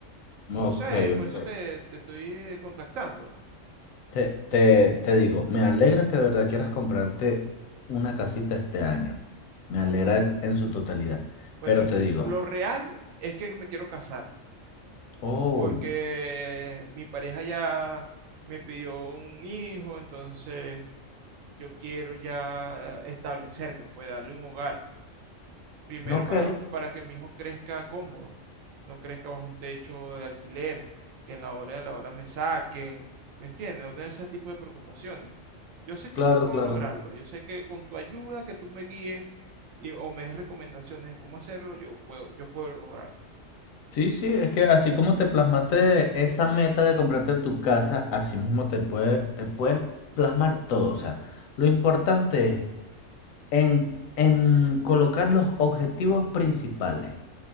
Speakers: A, on the right; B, on the left.
A: no
B: Ok,
A: sé, por
B: ok.
A: eso te, te estoy contactando.
B: Te, te, te digo, me alegra que de verdad quieras comprarte una casita este año. Me alegra en su totalidad.
A: Bueno,
B: Pero
A: l-
B: te digo,
A: lo real es que me quiero casar,
B: oh,
A: porque mi pareja ya me pidió un hijo, entonces yo quiero ya establecerme, pues darle un hogar. Primero
B: ok,
A: para, para que mi hijo crezca cómodo, no crezca bajo un techo de alquiler, que en la hora de la hora me saquen, ¿me entiendes? No tener ese tipo de preocupaciones. Yo sé que
B: claro,
A: sí puedo
B: claro.
A: lograrlo, yo sé que con tu ayuda, que tú me guíes y, o me des recomendaciones de cómo hacerlo, yo puedo, yo puedo lograrlo.
B: Sí, sí, es que así como te plasmaste esa meta de comprarte tu casa, así mismo te puede, te puedes plasmar todo. O sea, lo importante es en, en colocar los objetivos principales.